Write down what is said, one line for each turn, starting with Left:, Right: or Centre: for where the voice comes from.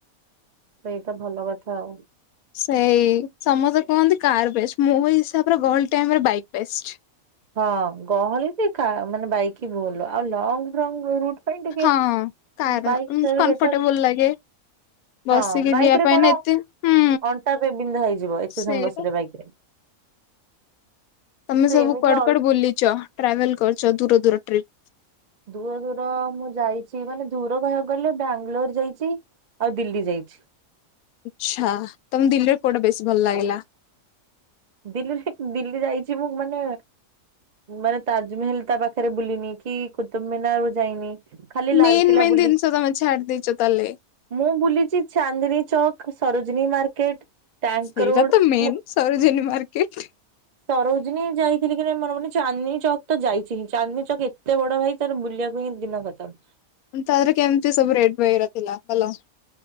Right: ସେଇତ ଭଲ କଥା ଆଉ।
Left: ସେଇ ସମସ୍ତେ କୁହନ୍ତି କାର ବେଷ୍ଟ ମୁଁ ହିସାବରେ ଗହଳି ଟାଇମରେ ବାଇକ୍ ବେଷ୍ଟ।
Right: ହଁ ଗହଳିରେ କା ମାନେ ବାଇକ ଭଲ, ଆଉ ଲଙ୍ଗ ଫ୍ରଙ୍ଗ ରୁଟ୍ ପାଇଁ ଟିକେ
Left: ହଁ କାର
Right: ବାଇକ୍ ଠାରୁ
Left: କମ୍ଫର୍ଟେବଲ
Right: ବେଟର।
Left: ଲାଗେ ବସିକି
Right: ହଁ ବାଇକରେ
Left: ଯିବା ପାଇଁ
Right: କଣ
Left: ନା ଏତେ ହୁଁ
Right: ଅଣ୍ଟା ବିନ୍ଧା ହେଇଯିବ ଏତେ
Left: ସେଇଟା
Right: ସମୟ ବସିଲେ ବାଇକରେ।
Left: ତମେ ସବୁ
Right: ଏମିତି
Left: କୁଆଡେ
Right: ଅଲ
Left: କୁଆଡେ ବୁଲିଚ, ଟ୍ରାଭେଲ କରିଛ ଦୂର ଦୂର ଟ୍ରିପ୍?
Right: ଦୂର ଦୂର ମୁଁ ଯାଇଛି ମାନେ ଦୂର କହିବାକୁ ଗଲେ ବାଙ୍ଗଲୋର ଯାଇଚି। ଆଉ ଦିଲ୍ଲୀ ଯାଇଛି।
Left: ଆଚ୍ଛା ତମେ ଦିଲ୍ଲୀର କୋଉଟା ବେଶୀ ଭଲ ଲାଗିଲା?
Right: ଦିଲ୍ଲୀରେ ଦିଲ୍ଲୀ ଯାଇଛି ମୁଁ ମାନେ ମାନେ ତାଜମେହଲ ତା ପାଖରେ ବୁଲିନି କି କୁତୁବ୍ ମିନାର ଯାଇନି। ଖାଲି ଲାଲକିଲ୍ଲା
Left: ମେନ୍ ମେନ୍
Right: ବୁଲି
Left: ଜିନିଷ ତମେ ଛାଡି ଦେଇଛ ତାହେଲେ।
Right: ମୁଁ ବୁଲିଛି ଚାନ୍ଦୀନୀ ଚକ୍, ସରୋଜିନୀ ମାର୍କେଟ। ଟ୍ୟାଙ୍କ
Left: ସେଇଟା
Right: ରୋଡ
Left: ତ ମେନ୍
Right: ମୁଁ
Left: ସରୋଜିନୀ ମାର୍କେଟ।
Right: ସରୋଜିନୀ ଯାଇଥିଲି କି ନାଇଁ ମନେପଡୁନି ଚାନ୍ଦନୀ ଚକ୍ ତ ଯାଇଛି ହିଁ, ଚାନ୍ଦନୀ ଚକ୍ ଏତେ ବଡ ଭାଇ ତାର ବୁଲିବାକୁ ହିଁ ଦିନ ଖତମ।
Left: ତା ଦେହରେ କେମତି ସବୁ ରେଟ ବଗେରା ଥିଲା କଲ।